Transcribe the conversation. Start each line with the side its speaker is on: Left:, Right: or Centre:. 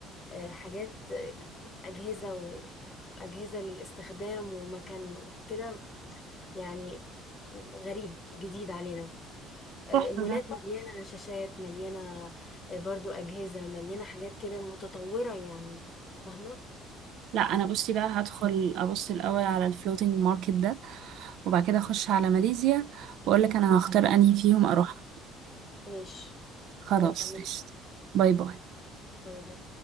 Left: آه، حاجات آه، اجهزه واجهزه للاستخدام ومكان وكده يعني غريب جديد علينا آه،
Right: تحفه
Left: المولات
Right: ده
Left: مليانه شاشات مليانه آه، برضو اجهزه مليانه حاجات كده متطوره يعني فاهمه
Right: لا انا بصي بقى هدخل ابص الاول على الفلوتينج ماركت ده وبعد كده اخش على ماليزيا واقول لك انا هختار انهي فيهم اروح
Left: ماشي
Right: خلاص
Left: خلاص اعمل
Right: قشطة باي باي
Left: باي باي